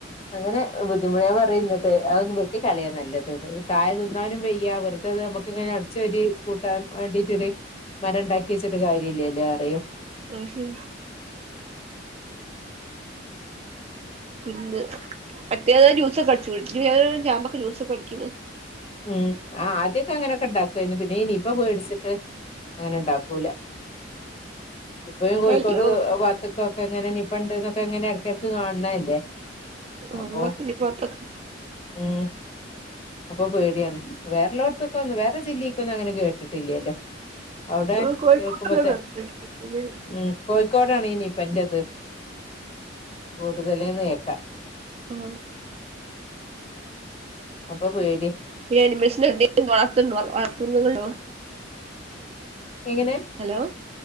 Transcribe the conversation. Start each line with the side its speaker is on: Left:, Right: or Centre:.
Left: അങ്ങനെ ബുദ്ധിമുട്ട് പറയാന്നട്ട് അതൊന്നന്ന് വെട്ടി കളയാ നല്ലത് കായ തിന്നാനും വെയ്യ വെറു ത്തത് നമുക്കിങ്ങനെ അടിച്ചേരി കൂട്ടാൻ വേണ്ടിട്ടൊരു മരം ഉണ്ടാക്കി വെച്ചിട്ട് കാര്യമല്ലല്ലോ പറിയും
Right: അഹ് ശരി പിന്നെ മറ്റേത് ജ്യൂസൊക്കെ അടിച്ചു ഞ് ചാമ്പൊക്കെ ജ്യൂസൊക്കെ അടിക്ക്‌ണ്
Left: ഉം ആഹ് ആദ്യൊക്കെ അങ്ങനെയൊക്കെ ഇണ്ടാക്കേര്ന്നു പിന്നെ ഈ നിപ്പ പേടിച്ചിട്ട് അങ്ങനെ ഉണ്ടാക്കൂല ഇപ്പഴും
Right: ഇപ്പ
Left: കോഴിക്കോട്
Right: എല്ലോം
Left: വാത്ത്ക്കൊ പ്പങ്ങനെ നിപ്പണ്ട്ന്നൊക്കെങ്ങെനെ എടക്കടക്ക് കാണണ അല്ലേ
Right: ആഹ്
Left: അപ്പോ
Right: ഇവടൊക്കെ ഈ ഭാഗത്തൊക്കെ
Left: ഉം അപ്പൊ പേടിയാണ് വേറള്ളോട്ത്തൊക്കൊന്നും വേറെ ജില്ലീക്കൊന്നും അങ്ങനെ കേിട്ടില്ലല്ലോ അവിടെ
Right: ആഹ് കോഴിക്കോട്ട്ല്ലോം
Left: കേൾക്കുമ്പത്തേ ഉം കോഴിക്കോടാണ് ഈ നിപ്പന്റെത് കൂടുതല്ന്ന് കേക്ക
Right: ഓ
Left: അപ്പൊ പേടിയാ
Right: പിന്നെ അനിമൽസിന് എന്തേലും വളർത്തുണ്ടോ വളർത്തുന്നുണ്ടോ
Left: എങ്ങനെ
Right: ഹലോ